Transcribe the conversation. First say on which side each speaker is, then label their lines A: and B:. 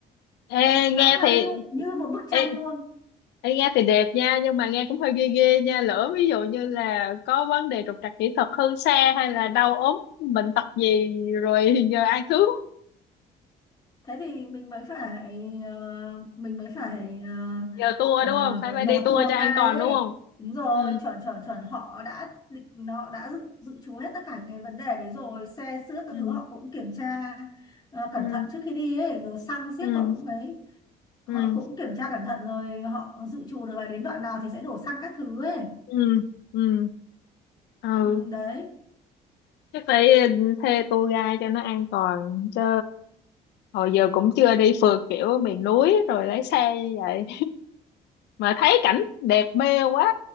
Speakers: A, on the left (about 80°); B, on the left (about 25°).
A: ê
B: đẹp
A: nghe
B: dã man
A: thì
B: như như một bức tranh
A: ê,
B: luôn
A: ê nghe thì đẹp nha nhưng mà nghe cũng hơi ghê ghê nha lỡ ví dụ như là có vấn đề trục trặc kỹ thuật hơn xe hay là đau ốm bệnh tật gì rồi <laughs> giờ ai cứu
B: thế thì mình mới phải ờ, mình mới phải ờ,
A: giờ tour
B: ờ,
A: đúng không phải phải
B: nhờ
A: đi tour
B: tour
A: cho an
B: guide
A: toàn đúng
B: ấy
A: không
B: đúng rồi
A: ừ
B: chuẩn chuẩn chuẩn họ đã định họ đã dự dự trù hết tất cả những cái vấn đề đấy rồi xe xước các
A: ừ
B: thứ họ cũng kiểm tra ờ, cẩn
A: ừ
B: thận trước khi đi ấy rồi xăng xiếc
A: ừ
B: họ cũng ấy họ
A: ừ
B: cũng kiểm tra cẩn thận rồi họ dự trù được là đến đoạn nào thì sẽ đổ xăng các thứ ấy
A: ừ ừ ừ
B: ừ, đấy
A: chắc phải thuê tour guide cho nó an toàn chứ hồi giờ cũng chưa đi phượt kiểu miền núi rồi lái xe như vậy mà thấy cảnh đẹp mê quá